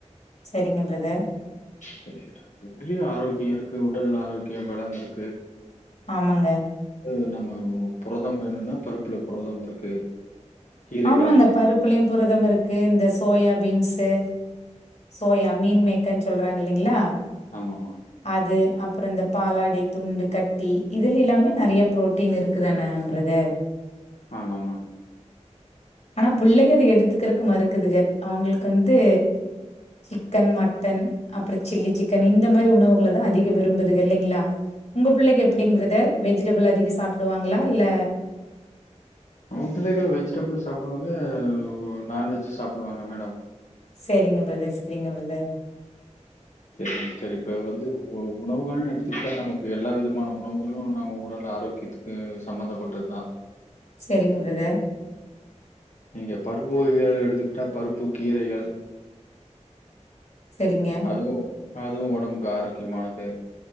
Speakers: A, on the left; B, on the left.
A: சரிங்க ப்ரதர்
B: சரிங்கதா ரெண்டுலயு ஆரோக்கிய இருக்கு உடல் ஆரோக்கியோ பல இருக்கு
A: ஆமாங்க
B: ஓ நம்ம புரதம் வேணும்னா பருப்புல புரதம் இருக்கு கீரைகள்
A: ஆமாங்க பருப்புலயு புரதம் இருக்கு இந்த சோயா பீன்ஸு சோயா மீன் மேக்கர்ன்னு சொல்றாங்க இல்லைங்களா
B: ஆமாம்மா
A: அது அப்பற இந்த பாலாடை துண்டு கட்டி இதுல எல்லாமே நெறைய ப்ரோ டீன் இருக்கு தான பர்தர்
B: ஆமாமா
A: ஆனா பிள்ளைக அத எடுத்துக்கறக்கு மறுக்குதுங்க அவங்களுக்கு வந்து சிக்கன் மட்டன் அப்பற சில்லி சிக்கன் இந்த மாரி உணவுகளதா அதிக விரும்புதுக இல்லைங்களா உங்க புள்ளைக்கு எப்டிங்க பிரதர் வெஜிடபிள் அதிகோ சாப்டுவாங்களா இல்ல
B: நம்ம பிள்ளைகள் வெஜிடபிளும் சாப்பிடுவாங்க நான்வெஜ்ஜும் சாப்பிடுவாங்க மேடம்
A: சேரிங்க பிரதர் சேரிங்க பிரதர்
B: சரி சரி இப்ப வந்து உ உணவுகள்னு எடுத்துக்கிட்டா நமக்கு எல்லா வித மான உணவுகளு நம்ம உடல் ஆரோக்கியத்துக்கு சம்பந்தப்பட்டது தா
A: சரிங்க பிரதர்
B: நீங்க பருப்பு வகைகள் எதா எடுத்துக்கிட்டா பருப்பு கீரைகள்
A: சரிங்க
B: அதுவு‌ அதுவு ஒடம்புக்கு ஆரோக்கியமானது